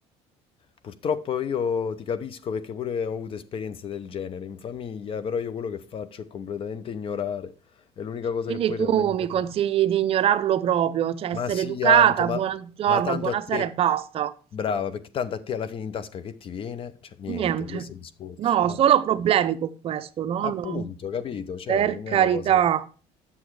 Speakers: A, on the left; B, on the right.
A: Purtroppo io ti capisco perché pure ho avuto esperienze del genere in famiglia, però io quello che faccio è completamente ignorare. È l'unica cosa
B: Quindi
A: che puoi
B: tu
A: realmente
B: mi consigli
A: fare.
B: di ignorarlo proprio, cioè essere
A: Ma sì,
B: educata,
A: Anto, ma,
B: buongiorno,
A: ma tanto
B: buonasera
A: a te,
B: e basta.
A: brava, perché tanto a te alla fine in tasca che ti viene? Cioè, niente,
B: Niente.
A: questo è il discorso.
B: No,
A: eh.
B: solo problemi con questo, no,
A: Appunto,
B: no.
A: capito? Cioè,
B: Per
A: non
B: carità.
A: è una cosa... che-